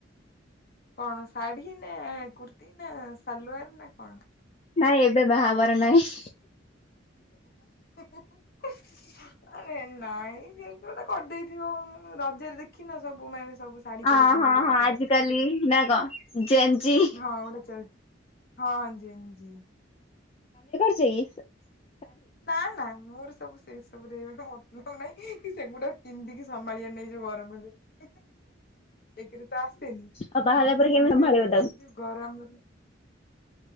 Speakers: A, on the left; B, on the left.
A: କଣ? ଶାଢ଼ୀ ନା କୁର୍ତି ନା? ସାଲୁଆର ନା କଣ?
B: ନାଇଁ ଏବେ ବାହା ହବାର ନାହିଁ।
A: ଆରେ ନାଇଁ କେମିତି ଗୋଟେ କରିଦେଇ ରଜରେ ଦେଖିନ ସବୁ ମାଇଁ ବସି ସବୁ ଶାଢ଼ୀ
B: ହଁ
A: ଫାଢ଼ି ପିଧି
B: ହଁ
A: କି
B: ହଁ
A: ଫଟୋ
B: ଆଜିକାଲି
A: ଫଟୋ
B: ନା କଣ ଜେଞ୍ଜି।
A: ଟି ହଁ ଗୋଟେ ଚାଲ ହଁ ଜିନ୍ ଜିନ୍
B: <unintelligible>
A: ନାନା ମୋର ସବୁ ସେଇ ତାପରେ ଏଇଟା ମତଲବ ନାଇଁକି ସେଗୁଡା ପିନ୍ଧିକି ସମାଳିଆରନାଇ ଯୋଉ ଗରମସେ ହେଁ ହେଁ ଏକେରେତ ଆସେନି
B: ଆଉ ବାହାହେଲା ପରେ
A: ଦୁଇରେ
B: କେମିତି ସମ୍ଭାଳିବ ତାକୁ?
A: ଯୋଉ ଗରମରେ